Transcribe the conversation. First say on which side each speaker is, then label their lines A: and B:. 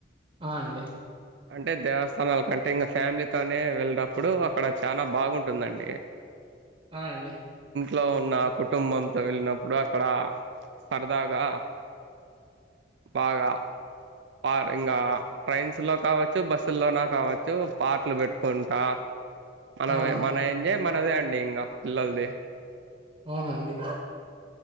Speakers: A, on the right; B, on the right.
A: ఆహ్ అండి.
B: అంటే దేవస్థానాల కంటే ఇంకా ఫ్యామిలీతోనే వెళ్ళినప్పుడు అక్కడ చానా బాగుంటుందండి.
A: ఆహ్ అండి.
B: లో నా కుటుంబంతో వెళ్ళినప్పుడు అక్కడ సరదాగా. బాగా ఆడ ఇంగ. ట్రైన్స్ లో కావచ్చు బస్సుల్లో కావచ్చు పాటలు పెట్టుకుంటా అలాగ
A: అవునండి
B: మన ఏంజయ్ మనదే అండి ఇంకా పిల్లలది
A: అవునండి